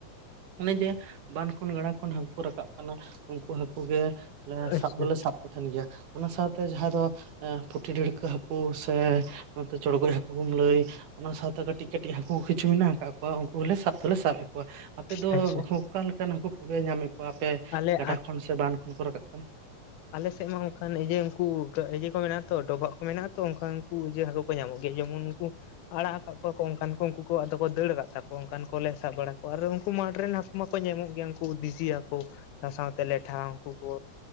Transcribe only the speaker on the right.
ᱚᱱᱮ ᱡᱮ ᱵᱟᱸᱱ ᱠᱷᱚᱱ ᱜᱟᱰᱟ ᱥᱟᱵ ᱠᱟᱱᱟ ᱩᱱᱠᱩ ᱦᱟᱸᱠᱩ ᱜᱮ ᱥᱟᱵ
ᱫᱚᱞᱮ ᱥᱟᱵ ᱛᱟᱦᱮᱱ ᱜᱮᱭᱟ ᱚᱱᱟ ᱥᱟᱶᱛᱮ ᱡᱟᱦᱟᱸᱭ ᱫᱚ ᱯᱩᱴᱤ ᱰᱟᱹᱲᱠᱟᱹ ᱦᱟᱹᱠᱩ ᱥᱮ ᱱᱚᱛᱮ ᱪᱚᱲᱜᱚᱡ ᱦᱟᱹᱠᱩ ᱠᱩᱢ ᱞᱟᱹᱭ ᱚᱱᱟ ᱥᱟᱶᱛᱮ ᱠᱟᱹᱴᱤᱡ ᱠᱟᱹᱴᱤᱡ ᱦᱟᱹᱠᱩ ᱠᱤᱪᱷᱩ ᱢᱮᱱᱟᱜ ᱟᱠᱟᱫ ᱠᱚᱣᱟ ᱩᱱᱠᱩ ᱦᱚᱸᱞᱮ ᱥᱟᱵ ᱫᱚᱞᱮ ᱥᱟᱵ ᱮᱫ ᱠᱚᱣᱟ ᱟᱯᱮ ᱫᱚ
ᱚᱠᱟ ᱞᱮᱠᱟᱱ ᱦᱟᱹᱠᱩ ᱠᱚᱯᱮ ᱧᱟᱢᱮᱫ ᱠᱚᱣᱟ ᱟᱯᱮ
ᱜᱟᱰᱟ ᱠᱷᱚᱱ ᱥᱮ ᱵᱟᱸᱱ ᱠᱷᱚᱱ ᱠᱚ ᱨᱟᱠᱟᱵ ᱠᱟᱱᱟ